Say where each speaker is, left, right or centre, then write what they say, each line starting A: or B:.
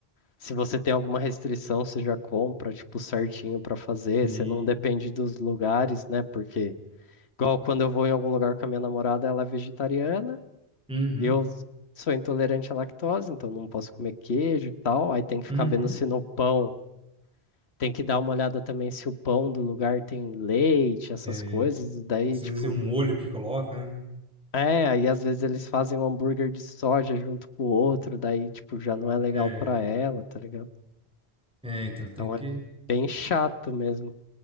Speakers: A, on the left; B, in the centre.
A: Se você tem alguma restrição, você já compra, tipo, certinho pra fazer.
B: Sim.
A: Você não depende dos lugares, né? Porque Igual quando eu vou em algum lugar com a minha namorada, ela é vegetariana,
B: Uhum.
A: eu sou intolerante à lactose, então não posso comer queijo e tal. Aí tem que ficar
B: Uhum.
A: vendo se no pão, tem que dar uma olhada também se o pão do lugar tem leite, essas
B: É,
A: coisas. Daí,
B: às
A: tipo,
B: vezes é o molho que coloca, né?
A: é, aí às vezes eles fazem um hambúrguer de soja junto com o outro, daí, tipo, já não é legal
B: É,
A: pra ela, tá ligado?
B: é, então tem
A: Então
B: que.
A: é bem chato mesmo.